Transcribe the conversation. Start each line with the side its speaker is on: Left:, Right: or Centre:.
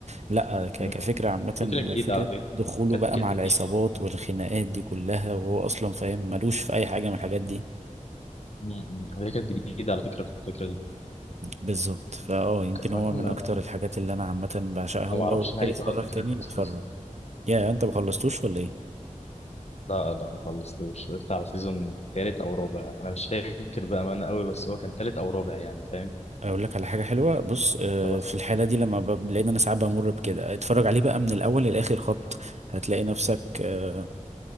Right: لا ك-
Left: مم.
Right: كفكرة عامة أكيد
Left: فكرة جديدة
Right: وفكرة
Left: على فكرة
Right: دخوله
Left: كانت
Right: بقى
Left: كانت
Right: مع أكيد العصابات
Left: جديدة
Right: والخناقات دي كلها وهو أصلا فاهم ملوش في أي حاجة من الحاجات دي
Left: مم. مم. هي كانت جديدة على فكرة الفكرة دي
Right: بالظبط فاه يمكن
Left: وكمان
Right: هو من
Left: أنا
Right: لا اكتر الحاجات اللي انا عامه بعشقها ولو
Left: ما أعرفش
Right: اه قلت
Left: نهايته
Right: لي اتفرج
Left: على فكرة
Right: تاني
Left: خلصت
Right: بتفرج
Left: إزاي
Right: يا انت ما خلصتوش ولا ايه
Left: لا لا ما خلصتوش وقفت على سيزون تالت أو رابع أنا مش فاكر بقى أنا قوي بس هو كان تالت أو رابع يعني فاهم
Right: اقول لك على حاجه حلوه بص آه،
Left: طب أس-
Right: في الحاله دي لما ب- بلاقي إن انا ساعات بمر بكده اتفرج عليه بقى من الاول للاخر خبط هتلاقي نفسك آه،